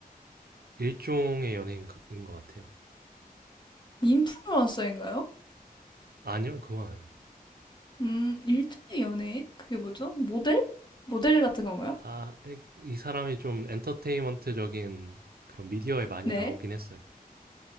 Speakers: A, on the right; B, on the left.
A: 일종의 연예인인 것 같아요.
B: 인플루언서인가요?
A: 아니요, 그건 아니에요.
B: 음, 일종의 연예인? 그게 뭐죠? 모델? 모델 같은 건가요?
A: 아, 이 이 사람이 좀 엔터테인먼트적인 그런 미디어에 많이
B: 네.
A: 나오긴 했어요.